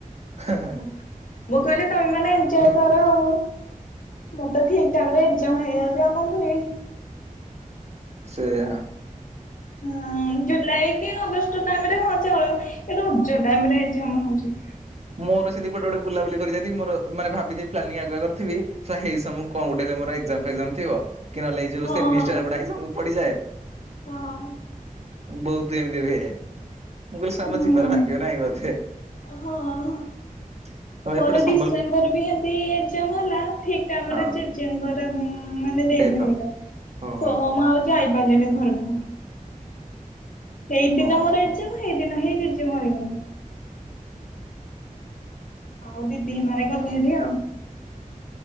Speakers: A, on the right (about 50°); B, on the left (about 65°).
A: <inaudible>
B: ମୁଁ କିହିଲି ତମେ ମାନେ ଏଞୟ କର ଆଉ। ମୋର୍ ତ ଠିକ୍ ଟାଇମ୍ ରେ ଏକ୍ଜାମ ହେଇଯାଉଛି ଆଉ କଣ କରିବି?
A: ସେଇଆ।
B: ହଁ ଜୁଲାଇ କି ଅଗଷ୍ଟ ଟାଇମ୍ ରେ ହଁ ଚଳ ଏ ରଜ ଟାଇମ୍ ରେ ଏକ୍ଜାମ୍ ହଉଛି।
A: ମୋର ସେମିତି କୁଆଡେ ଗୋଟେ ବୁଲାବୁଲି କରି ଯାଇଥିବି ମୋର ମାନେ ଭାବିଥିବି ପ୍ଲାନିଂ ଆଗୁଆ କରିିଥିବି ସଳା ହେ ସମୟ କୁ କଣ ଗୋଟେ ମୋର ଏକ୍ଜାମ୍ ଫେକ୍ଜାମ୍ ଥିବ କି ନହେଲେ ଏ ଯୋଉ
B: ହଁ
A: ସେମିଷ୍ଟାର ଗୁଡ଼ାଏ ସବୁ ପଡିଯାଏ।
B: ହଁ।
A: ବହୁତ ଏମିତି ହୁଏ ମୁଁ କହିଲି ସମ
B: ହୁଁ
A: ଯିବାର ଭାଗ୍ୟ ନାହିଁ ବୋଧେ।
B: ହଁ।
A: <inaudible>
B: ମୋର
A: ସମ୍ବଲପୁର
B: ଡିସେମ୍ବରରେ ବିତି ଏକ୍ଜାମ ହେଲା ଠିକ ଟାଇମରେ
A: ହଁ
B: ଜେଜେଙ୍କ ମାନେ ଦେଇ
A: ଡେଥ
B: ହେଇଗଲେ
A: ଓହୋ
B: ମା ବାଉ କି ଯାଇପାରିଲେନି ଘରକୁ। ଏଇ ଦିନ
A: ଓହୋ
B: ମୋର ଏଜମ ହେଇ ଦିନ ହେଇ ଜେଜମ ହାରିଗଲେ। ଆଉ ଦିଦି ହେ ମାନ ଗଲେ ହେରି ଆଉ।